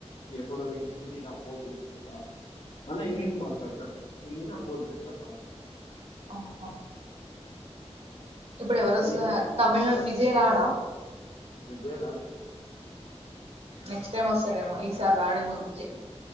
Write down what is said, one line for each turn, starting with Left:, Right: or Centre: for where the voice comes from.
Left: ఇప్పుడు హిందీ రాదు పోఓజ బత <inaudible> మళ్ళా
Right: హ్మ్
Left: ఇంగ్లిష్ మాట్లాడత ఇల్లీ నా పోజ దస్తప్పాల <unintelligible>
Right: ఆహా ఇప్పుడు ఎవరిస్తారు
Left: ఇంగ్లీషే
Right: తమిళ విజయరాడా
Left: ఎస్ జే రాదు
Right: నెక్స్ట్ టైమ్ వస్తాడెమో ఈసారి రాడేమో విజయ్